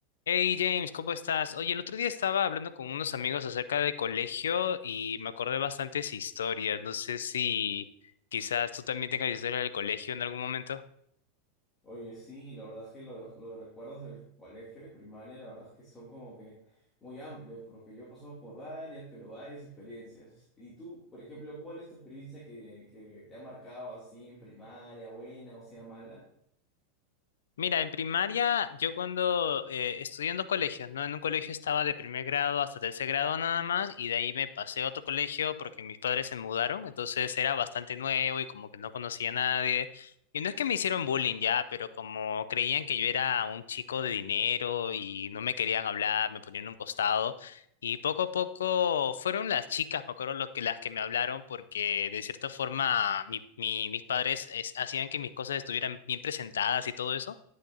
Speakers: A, on the left; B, on the left.
A: Hey James, ¿cómo estás? Oye, el otro día estaba hablando con unos amigos acerca del colegio y me acordé bastantes historias. No sé si quizás tú también tengas historia del colegio en algún momento.
B: Oye, sí, la verdad es que los, los recuerdos del colegio y primaria, la verdad es que son como que muy amplios, porque yo he pasado por varias, pero varias experiencias. Y tú, por ejemplo, ¿cuál es tu experiencia que, que te ha marcado así en primaria, buena o sea mala?
A: Mira, en primaria, yo cuando eh, estudié en dos colegios, ¿no? En un colegio estaba de primer grado hasta tercer grado nada más, y de ahí me pasé a otro colegio porque mis padres se mudaron, entonces era bastante nuevo y como que no conocía a nadie. Y no es que me hicieron bullying ya, pero como creían que yo era un chico de dinero y no me querían hablar, me ponían a un costado. Y poco a poco fueron las chicas, me acuerdo, los que, las que me hablaron porque de cierta forma mi- mi- mis padres es- hacían que mis cosas estuvieran bien presentadas y todo eso.